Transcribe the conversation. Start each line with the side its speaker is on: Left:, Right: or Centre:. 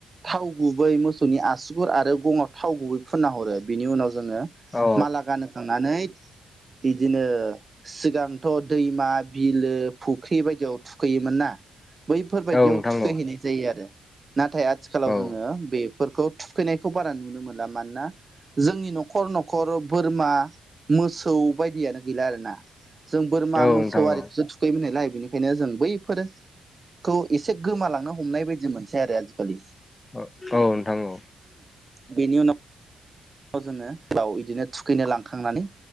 Right: थाव गुबै मोसौनि आसुगुर आरो गंङाव थाव गुबै फुनना हरो बिनि उनाव जोंङो
Left: औ
Right: माला गानहोखांनै बिदिनो सिगांथ' दैमा बिलो फुख्रि बायदियाव थुखैयोमोन ना? बैफोरबायदियाव
Left: औ नोंथां
Right: थुखैहैनाय
Left: औ
Right: जायो आरो नाथाय आथिखालाव
Left: औ
Right: जोंङो बे फोरखौ थुखैनायखौ बारा नुनो मोनला मानोना जोंनि न'खर न'खर बोरमा मोसौ बायदियानो गैला आरोना जों बोरमा
Left: औ नोंथां
Right: मोसौ आरिखौसो
Left: औ
Right: थुखैमोन नायलाय बेनिखायनो जों बैफोर खौ एसे गोमालांनो हमनाय बायदि मोनसै आरो आजिखालि।
Left: औ नोंथां औ
Right: बे नि उनाव याव जोंङो लाव इदिनो थुखैनो लांखांनानै